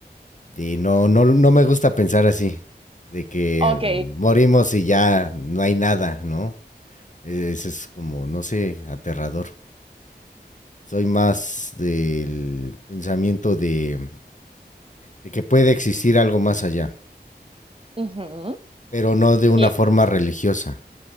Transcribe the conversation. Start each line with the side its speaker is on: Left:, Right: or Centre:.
Left: Y no, no, no me gusta pensar así. De que
Right: Ok,
Left: morimos y ya no hay nada, ¿no? E- Eso es como, no sé, aterrador. Soy más del pensamiento de, de que puede existir algo más allá,
Right: ujú,
Left: pero no de una
Right: bien,
Left: forma religiosa